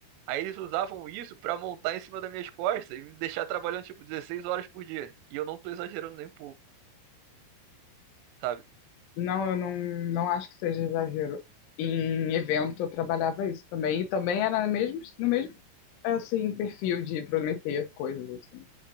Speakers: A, on the right; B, on the left.
A: Aí eles usavam isso pra montar em cima das minhas costas e me deixar trabalhando, tipo, 16 horas por dia. E eu não tô exagerando nem um pouco, sabe?
B: Não, eu não, não acho que seja exagero. Em evento eu trabalhava isso também, e também era no mesmo, no mesmo assim, perfil de prometer coisas assim.